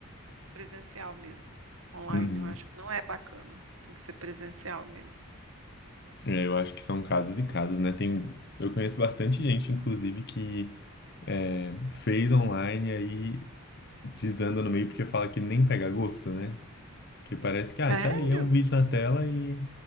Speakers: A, on the right (about 65°); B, on the left (about 50°).
A: presencial mesmo. Online,
B: Uhum.
A: eu acho que não é bacana. Tem que ser presencial mesmo.
B: É, eu acho que são casos e casos, né? Tem, eu conheço bastante gente, inclusive, que é, fez online e aí desanda no meio porque fala que nem pega gosto, né? Que parece que, ah,
A: Sério?
B: tá ali, é um vídeo na tela e,